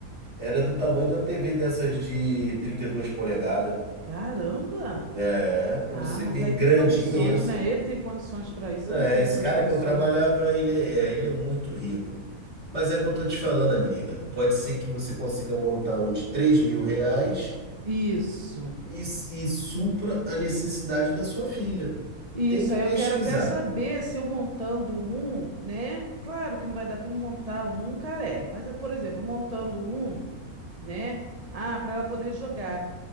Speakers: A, on the right; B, on the right.
A: era do tamanho de uma TV dessas de 32 polegadas.
B: Caramba!
A: É, para
B: Ah,
A: você
B: mas
A: ver,
B: aí
A: grande,
B: tem condições,
A: imensa.
B: né? Ele tem condições para isso.
A: É,
B: Eu não tenho
A: esse
B: essas
A: cara
B: condições,
A: que eu trabalhava,
B: não.
A: ele é, é, ele é muito rico. Mas é o que eu tô te falando, amiga. Pode ser que você consiga montar um de 3 mil reais
B: Isso.
A: e, e supra a necessidade da sua filha.
B: Isso.
A: Tem que
B: Aí
A: pesquisar.
B: eu quero até saber se eu montando um, né? Claro que não vai dar para montar um caré, mas, eh, por exemplo, montando um, né? Ah, para ela poder jogar.